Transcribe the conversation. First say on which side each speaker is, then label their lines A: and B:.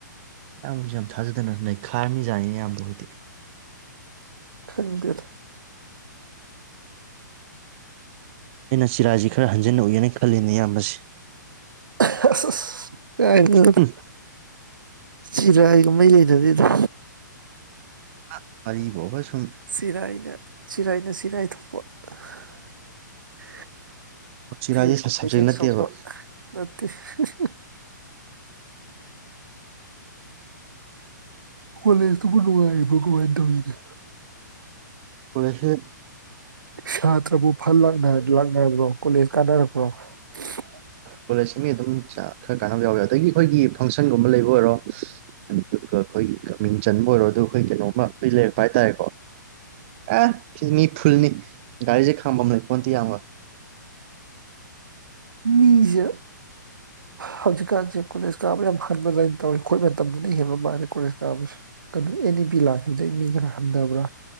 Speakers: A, on the right (about 40°); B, on the right (about 85°).
A: ꯏꯌꯥꯝꯕꯁꯨ ꯌꯥꯝ ꯊꯥꯖꯗꯅ ꯅꯩꯈꯥꯏꯔꯝꯃꯤꯖꯥꯅꯤ ꯏꯌꯥꯝꯕ ꯈꯣꯏꯗꯤ
B: ꯈꯪꯗꯦꯗ
A: ꯑꯩꯅ ꯆꯤꯔꯥꯏꯁꯤ ꯈꯔ ꯍꯟꯖꯤꯟꯅ ꯎꯏꯌꯦꯅ ꯈꯜꯂꯤꯅꯦ ꯏꯌꯥꯝꯕꯁꯤ
B: ꯑ-ꯍ-ꯑꯁ-ꯀꯥꯏꯗꯩꯅꯗ
A: ꯍꯨꯝ
B: ꯆꯤꯔꯥꯏꯒ ꯃꯥꯔꯤ ꯂꯩꯅꯗꯤꯗ
A: ꯑꯥ ꯋꯥꯔꯤꯕꫭꯕꯥ ꯁꯨꯝ
B: ꯆꯤꯔꯥꯏꯅ ꯆꯤꯔꯥꯏꯅ ꯆꯤꯔꯥꯏ ꯊꯣꯛꯄ ꯑꯍ ꯍꯥ
A: ꯆꯤꯔꯥꯏꯁꯦ
B: ꯐꯤꯖꯤꯛꯁꯅ
A: ꯁꯕꯖꯦꯛ
B: ꯐꯤꯖꯤꯛꯁ
A: ꯅꯠꯇꯦꯕ
B: ꯊꯣꯛꯄ ꯅꯠꯇꯦ ꯍꯥ ꯍꯥ ꯀꯣꯂꯦꯖꯇꯨꯕꯨ ꯅꯨꯡꯉꯥꯏꯔꯤꯕꯣ ꯀꯃꯥꯏꯅ ꯇꯧꯔꯤꯒꯦ
A: ꯀꫭꯂꯦꯖꯁꯤ
B: ꯁꯥꯇ꯭ꯔꯕꯨ ꯐꯜ ꯂꯥꯛꯅ-ꯂꯥꯛꯅꯔꯕ꯭ꯔꯣ ꯀꯣꯂꯦꯖ ꯀꯥꯟꯅꯔꯕꫭ ꯑꯣ‌ꯁꯤꯠ-
A: ꯀꯣꯂꯦꯖ ꯃꯤ ꯑꯗꯨꯝ ꯆꯥꯡ ꯈꯔ ꯀꯥꯟꯅꯕ ꯌꯥꯎꯋꯤ ꯑꯗꯒꯤ ꯑꯩꯈꯒꯤ ꯐꯪꯁꯟ ꯁꯟꯒꯨꯝꯕ ꯂꯩꯕ ꯑꯣꯏꯔꯣ ꯑꯗꯨꯒ ꯑꯩꯈꯣꯏꯒꯤ ꯃꯤꯡ ꯆꯟꯕ ꯑꯣꯏꯔꯣ ꯑꯗꯨ ꯑꯩꯈꯣꯏ ꯀꯩꯅꯣ ꯄꯤ ꯂꯩꯔꯛꯄ ꯍꯥꯏ ꯇꯥꯔꯦꯀꯣ ꯑꯦ ꯐꯤꯅꯤ ꯐꯨꯜꯅꯤ ꯒꯥꯔꯤꯁꯦ ꯈꯥꯡꯐꯝ ꯂꯩꯄꯣꯟꯢꯇꯦ ꯏꯌꯥꯝꯕ
B: ꯃꯤꯁꯦ ꯍꯧꯖꯤꯛꯀꯥꯟꯁꯦ ꯀꯣꯂꯦꯖ ꯀꯥꯕ ꯌꯥꯝ ꯍꯟꯕ ꯑꯗꯨꯃꯥꯏꯅ ꯇꯧꯋꯤ ꯑꯩꯈꯣꯏ ꯃꯇꯝꯗꯅ ꯍꯦꯟꯕ ꯃꯜꯂꯦ ꯀꯣꯂꯦꯖ ꯀꯥꯕꯁꯦ ꯀꯩꯅꯣ ꯑꯦꯟ-ꯏ-ꯄꯤ ꯂꯥꯛꯈꯤꯕꯗꯒꯤ ꯃꯤ ꯈꯔ ꯍꯟꯊꯕ꯭ꯔ